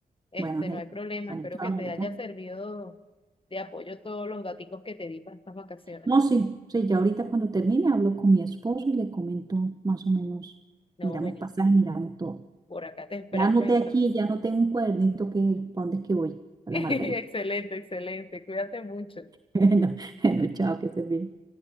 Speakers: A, on the left; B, on the right.
A: Este,
B: Bueno, Angélica.
A: no hay problema.
B: Bueno,
A: Espero
B: chao,
A: que
B: Angélica.
A: te haya servido de apoyo todos los daticos que te di para estas vacaciones.
B: No, sí, sí, ya ahorita cuando termine hablo con mi esposo y le comento más o menos,
A: No,
B: miramos
A: buenísimo.
B: pasajes, miramos todo.
A: Por acá te esperamos
B: Ya anoté
A: entonces.
B: aquí, ya anoté un cuadernito que, ¿para dónde es que voy?
A: <laughs>
B: A
A: Excelente,
B: la Margarita. <laughs>
A: excelente. Cuídate mucho.
B: Bueno, bueno, chao, que se bien.